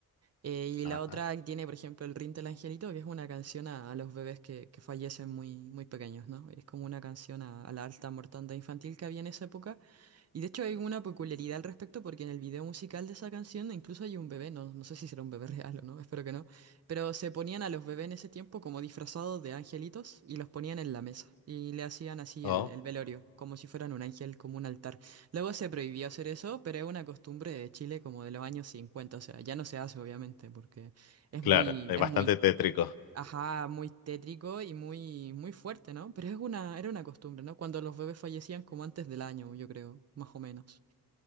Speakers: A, on the right (about 45°); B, on the left (about 75°).
A: Eh, y
B: ajá.
A: la otra tiene, por ejemplo, el Rin del Angelito, que es una canción a, a los bebés que, que fallecen muy, muy pequeños, ¿no? Es como una canción a, a la alta mortandad infantil que había en esa época. Y de hecho hay una peculiaridad al respecto porque en el video musical de esa canción incluso hay un bebé, no, no sé si será un bebé <laughs> real o no, espero que no, pero se ponían a los bebés en ese tiempo como disfrazados de angelitos y los ponían en la mesa y le hacían así
B: Oh,
A: el, el velorio, como si fueran un ángel, como un altar. Luego se prohibió hacer eso, pero es una costumbre de Chile como de los años 50, o sea, ya no se hace obviamente porque es
B: claro,
A: muy,
B: es
A: es
B: bastante
A: muy,
B: tétrico.
A: ajá, muy tétrico y muy, muy fuerte, ¿no? Pero es una, era una costumbre, ¿no? Cuando los bebés fallecían como antes del año, yo creo, más o menos.